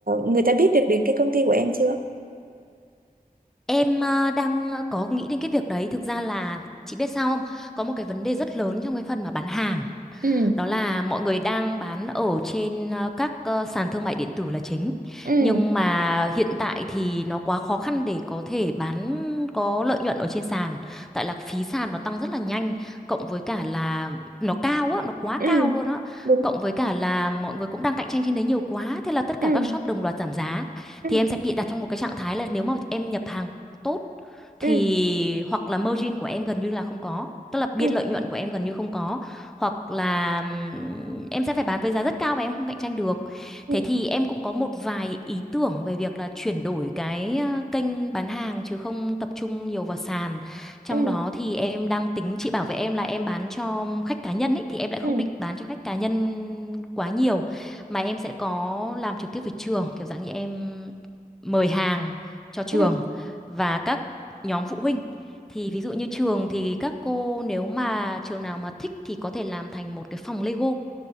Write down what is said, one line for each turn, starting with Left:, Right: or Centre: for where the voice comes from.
Right: người ta biết được đến cái công ty của em chưa
Centre: Em ờ, đang có nghĩ đến cái việc đấy. Thực ra là chị biết sao không? Có một cái vấn đề rất lớn trong cái phần mà bán hàng.
Right: ừ
Centre: đó là mọi người đang bán ở trên ờ, các ờ, sàn thương mại điện tử là chính
Right: ừ
Centre: nhưng mà hiện tại thì nó quá khó khăn để có thể bán có lợi nhuận ở trên sàn tại là phí sàn nó tăng rất là nhanh cộng với cả là nó cao á nó quá cao
Right: ừ
Centre: luôn á
Right: đúng
Centre: cộng với cả là mọi người cũng đang cạnh tranh trên đấy nhiều quá thế là tất cả
Right: ừ
Centre: các shop đồng loạt giảm giá
Right: ừ
Centre: thì em sẽ bị đặt trong một cái trạng thái là nếu mà em nhập hàng tốt thì
Right: ừ
Centre: hoặc là margin của em gần như là không có tức là biên
Right: ừ
Centre: lợi nhuận của em gần như không có hoặc là ừm, em sẽ phải bán với giá rất cao và em không cạnh tranh được.
Right: ừ
Centre: Thế thì em cũng có một vài ý tưởng về việc là chuyển đổi cái ờ, kênh bán hàng chứ không tập trung nhiều vào sàn. Trong
Right: ừ
Centre: đó thì em đang tính chị bảo với em là em bán cho khách cá nhân ấy thì em lại không
Right: ừ
Centre: định bán cho khách cá nhân quá nhiều mà em sẽ có làm trực tiếp với trường kiểu dạng như em mời hàng cho trường
Right: ừ
Centre: và các nhóm phụ huynh thì ví dụ như trường thì các cô nếu mà trường nào mà thích thì có thể làm thành một cái phòng Lego,